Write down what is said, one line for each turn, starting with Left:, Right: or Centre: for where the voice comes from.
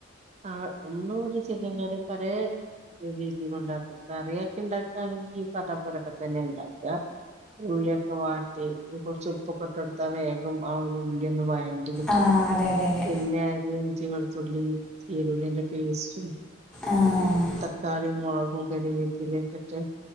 Right: ആ ഒന്നട് സിങ്കാര് പറ രീതിയില ഉണ്ടാക്കും കറിയൊക്കെ ഉണ്ടാക്കുകയാണെങ്കിൽ ഈ പറപ്പരൊക്കെ തന്നെ ഉണ്ടാക്കും ഉള്ളിയൊക്കെ വാട്ടി കുറച്ച ഉപ്പൊക്കെ ഇട്ട് എടുത്താ വേഗം ആ ഒരു ഉള്ളിയ ഒന്നന്ന് വാ കിട്ടും
Centre: ആ അതെ അതെ അതെ
Right: പിന്നെഇഞ്ചി വർത്തുള്ളി <unintelligible>
Centre: ആ
Right: തക്കാളിയ മുളകും കറിവേപ്പില ഒക്കെ ഇട്ട്